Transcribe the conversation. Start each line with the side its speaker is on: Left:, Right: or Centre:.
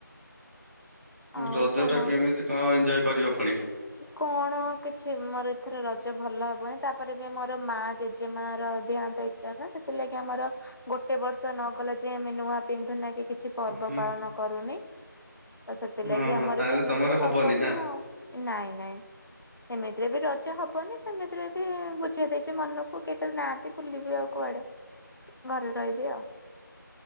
Left: ଆଉ
Right: ରଜ
Left: କଣ?
Right: ଟା କେମିତି କଣ ଏଞ୍ଜୟ କରିବ ଫୁଣି?
Left: କଣ କିଛି ମୋର ଏଥର ରଜ ଭଲ ହବନି ତାପରେ ବି ମୋର ମା ଜେଜେମା ର ଦେହାନ୍ତ ହେଇଥିଲା ନା ସେଥିଲାଗି ଆମର ଗୋଟେ ବର୍ଷ ନ ଗଲା ଯେ ଆମେ ନୂଆ ପିନ୍ଧୁ ନା କେ କିଛି ପର୍ବ
Right: ହୁଁ
Left: ପାଳନ କରୁନି। ତ ସେଥିଲାଗି
Right: ହଁ ହଁ
Left: ଆମର
Right: ତାହେଲେ
Left: ବି ଏମିତିରେ
Right: ତମର
Left: ହବନି
Right: ନା
Left: ଆଉ। ନାଇଁ ନାଇଁ। ସେମିତିରେ ବି ରଜ ହବନି ସେମିତିରେ ବି ବୁଝେଇଦେଇଛି ମନକୁ କେତେ ନାହାନ୍ତି ବୁଲିବି ଆଉ କୁଆଡେ?
Right: <inaudible>
Left: ଘରେ ରହିବି ଆଉ।